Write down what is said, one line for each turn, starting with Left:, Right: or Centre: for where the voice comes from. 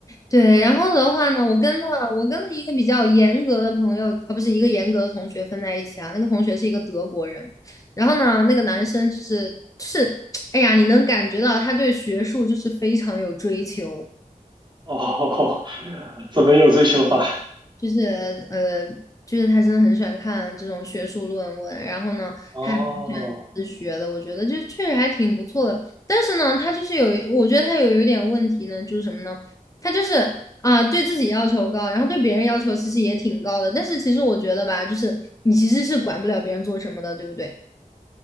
Left: 对，然后的话呢，我跟了我跟了一个比较严格的朋友，啊，不是一个严格的同学分在一起啊。那个同学是一个德国人，然后呢，那个男生就是就是，<tsk> 哎呀，你能感觉到他对学术就是非常有追求。
Right: 哦，<laughs> 怎么有追求法？
Left: 就是呃，就是他真的很喜欢看这种学术论文，然后呢，
Right: 哦，
Left: 他也很喜欢自学的，我觉得就确实还挺不错的。但是呢，他就是有一我觉得他有有一点问题呢，就是什么呢？他就是啊，对自己要求高，然后对别人要求其实也挺高的。但是其实我觉得吧，就是你其实是管不了别人做什么的，对不对？